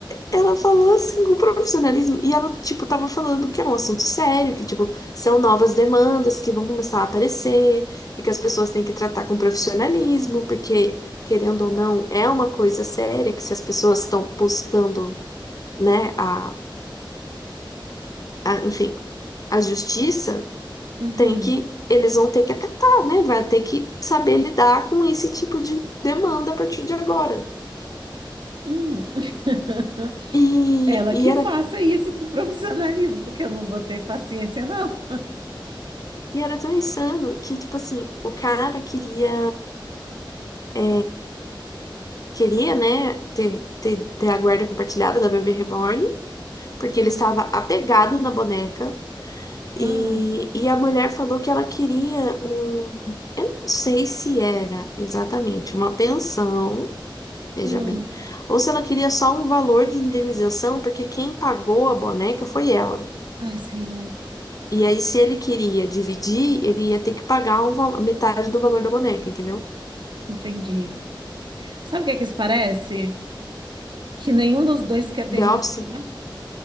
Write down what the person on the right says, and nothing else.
Uhum,
hum. <laughs>
Ela
que
faça isso com profissionalismo, porque eu não vou ter paciência, não.
Uhum.
Hum,
hum.
Ai, senhor,
entendi. Sabe o que é que isso parece? Que nenhum dos dois quer terminar,
né?